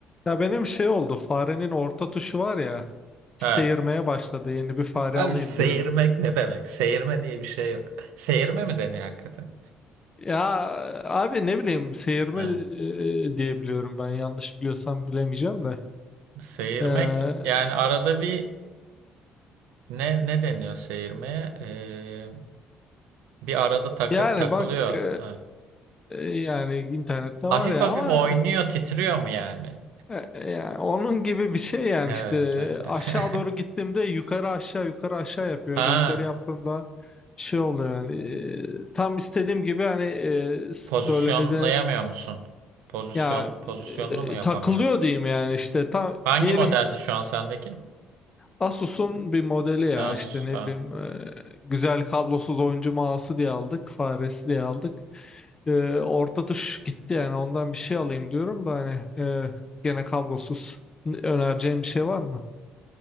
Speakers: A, on the left; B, on the right.
A: Ya benim şey oldu farenin orta tuşu var ya seyirmeye
B: Ha.
A: başladı yeni bir fare
B: Abi
A: alayım
B: seyirmek
A: diyorum.
B: ne demek? Seyirme diye bir şey yok. Seyirme mi deniyor hakikaten?
A: Ya abi ne bileyim seyirme
B: Ha.
A: e, diye biliyorum ben yanlış biliyorsam bilemeyeceğim de.
B: Seyirmek
A: Ee,
B: yani arada bir ne ne deniyor seyirmeye? Ee, bir arada takı-
A: yani
B: takılıyor.
A: bak e,
B: Ha.
A: yani internette var
B: Hafif
A: ya
B: hafif
A: ama
B: oynuyor, titriyor mu yani?
A: e, e, yani onun gibi bir şey yani
B: Evet.
A: işte
B: Ha.
A: aşağı
B: <laughs>
A: doğru gittiğimde yukarı aşağı yukarı aşağı yapıyor
B: Ha,
A: ya da yukarı yaptığımda şey oluyor yani e, tam istediğim gibi hani e, s-
B: pozisyonlayamıyor
A: böyle ne denir
B: musun? Pozisyon
A: Ya
B: pozisyonunu
A: e,
B: mu yapamıyor?
A: takılıyor diyeyim yani işte tam
B: Hangi
A: diyelim
B: modeldi şu an sendeki?
A: Asus'un bir modeli ya
B: Asus
A: işte ne
B: tamam.
A: bileyim e, güzel kablosuz oyuncu mouse'u diye aldık faresi diye aldık E, orta tuş gitti yani ondan bir şey alayım diyorum da hani e, gene kablosuz önereceğim bir şey var mı?